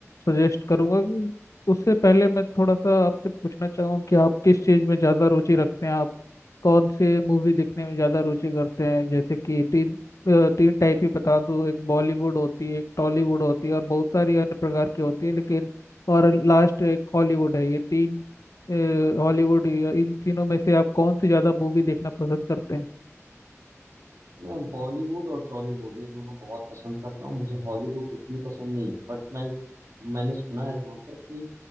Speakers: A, on the left; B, on the right.
A: सजेस्ट करूँगा कि उससे पहले मैं थोड़ा सा आपसे पूछना चाहूँगा कि आप किस चीज़ में ज़्यादा रुचि रखते हैं कौन से मूवी देखने में ज्यादा रुचि करते हैं जैसे कि तीन अ, तीन टाइप ही बता दूं एक बॉलीवुड होती है एक टॉलीवुड होती है और बहुत सारी अन्य प्रकार की होती है लेकिन और लास्ट एक हॉलीवुड है ये तीन हॉलीवुड इन तीनों में से आप कौन सी ज्यादा मूवी देखना पसंद करते हैं
B: मैं बॉलीवुड और टॉलीवुड ये दोनों बहुत पसंद करता हूँ मुझे हॉलीवुड उतनी पसंद नहीं है बट मैं मैंने सुना है जहाँ तक कि